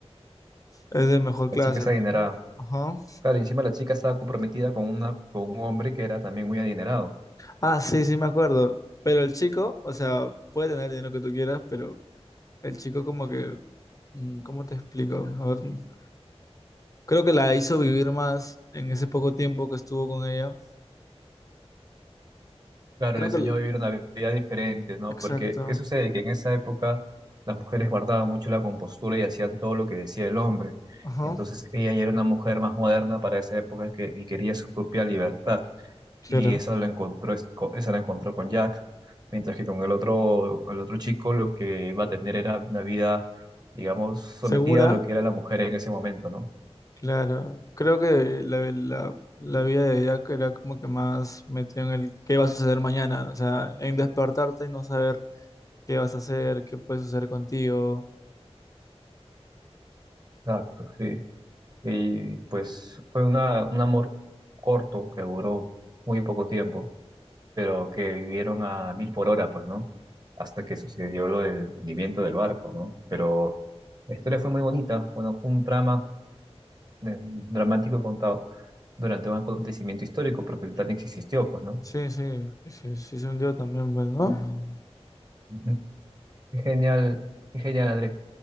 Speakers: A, on the left (about 30°); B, on the right (about 40°).
A: es de mejor
B: la
A: clase,
B: chica es
A: pues,
B: adinerada.
A: ¿no? Ajá.
B: Claro, y encima la chica estaba comprometida con, una, con un hombre que era también muy adinerado.
A: Ah, sí, sí me acuerdo. Pero el chico, o sea, puede tener el dinero que tú quieras, pero el chico como que, mm, ¿cómo te explico? A ver, mm, creo que la hizo vivir más en ese poco tiempo que estuvo con ella.
B: Claro,
A: Creo
B: le enseñó
A: que, el-
B: a vivir una vida diferente, ¿no?
A: exacto.
B: Porque, ¿qué sucede? Que en esa época las mujeres guardaban mucho la compostura y hacían todo lo que decía el hombre.
A: Ajá.
B: Entonces ella ya era una mujer más moderna para esa época que, y quería su propia libertad.
A: Claro.
B: y esa la encontró, es- co- esa la encontró con Jack, mientras que con el otro, el otro chico lo que iba a tener era una vida, digamos, sometida
A: Segura,
B: a lo que era la mujer en ese momento, ¿no?
A: claro. Creo que la, la, la vida de Jack era como que más metido en el qué va a suceder mañana, o sea, en despertarte y no saber qué vas a hacer, qué puede suceder contigo.
B: Exacto, sí. Y pues fue una, un amor corto que duró muy poco tiempo, pero que vivieron a mil por hora, pues, ¿no? Hasta que sucedió lo del hundimiento del barco, ¿no? Pero la historia fue muy bonita, bueno, fue un trama eh, dramático contado durante un acontecimiento histórico, porque el Titanic sí existió, pues, ¿no?
A: Sí, sí, y sí, sí se hundió también, pues, ¿no? Mm.
B: Ujú. Qué genial, qué genial, Andrés.